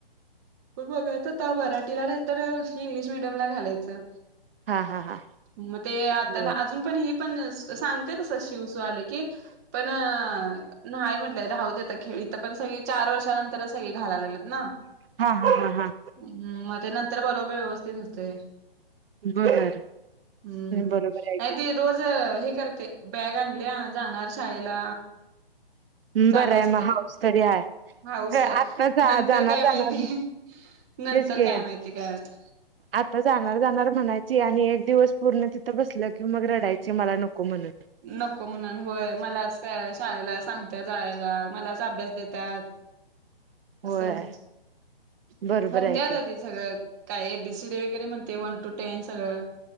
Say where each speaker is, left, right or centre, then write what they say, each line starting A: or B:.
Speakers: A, on the right; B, on the right.
A: प बघायचं त मराठीला नाही तर इंग्लिश मिीडियम ला घालायचं
B: हा हा हा
A: मग ते आ
B: हा
A: त्याला अजून पण ह पण सांगते तसं शिवजवाले की पण नाही म्हटलंय धावतेतता खेळी इथ पण सगळी चार वर्षानंतरच सगळी घायला लागलेत ना
B: हा हा हा हां
A: हम् मग ते नंतर बरोबर व्यवस्थित होते
B: बर
A: हम्म
B: बरोबर आहे
A: आणि
B: की
A: ते रोज हे करते बॅग आणली जाणार शाळेला चालू
B: बरं आहे
A: असते
B: मग हाऊस तरी
A: हाऊस आहे
B: आता जा
A: नंतर
B: जाणार
A: काय
B: जाणार
A: माहिती नंतर
B: तेच की
A: काय माहितीय काळात
B: आता जाणार जाणार म्हणायची आणि एक दिवस पूर्ण तिथं बसलं की मग रडायची मला नको म्हणून
A: नको म्हणून होय मलाच शाळेला सांगत जाला मलाच अभ्यास देतात असं
B: होय
A: म्ह
B: बरोबर
A: म्हणत
B: आहे की
A: दादी सगळं काय एबीसीडी वगैरे म्हणते वन टू टेन सगळं